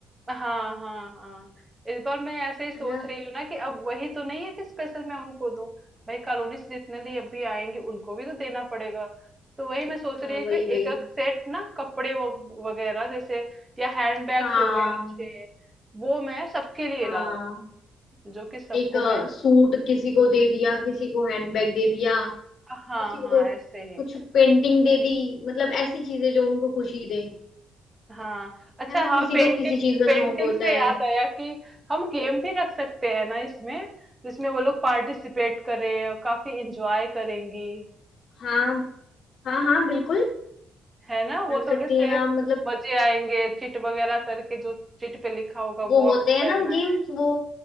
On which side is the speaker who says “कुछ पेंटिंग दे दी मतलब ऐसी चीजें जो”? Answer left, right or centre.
Left